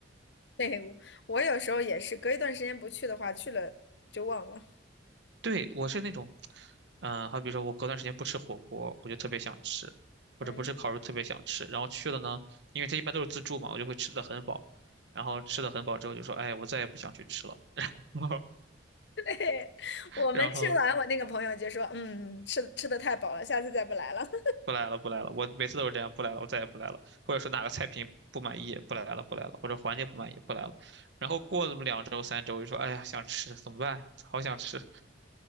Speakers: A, on the left; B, on the right.
A: 对，我我有时候也是隔一段时间不去的话，去了就忘了，
B: 对，我是那种，嗯、好比说我隔段时间不吃火锅，我就特别想吃，或者不吃烤肉特别想吃，
A: 嗯，
B: 然后去了呢，因为它一般都是自助嘛，我就会吃的很饱，然后吃的很饱之后就说，哎，我再也不想去吃了，<laughs> 然后
A: <laughs> 对，我们吃完，
B: 然后
A: 我那个朋友就说，嗯，吃吃的太饱了，下次再不来了。<laughs>
B: 不来了不来了，我每次都是这样，不来了，我再也不来了，或者说哪个菜品不满意，不来了不来了，或者环境不满意不来了，然后过了这么两周三周，就说，哎呀，想吃怎么办？好想吃。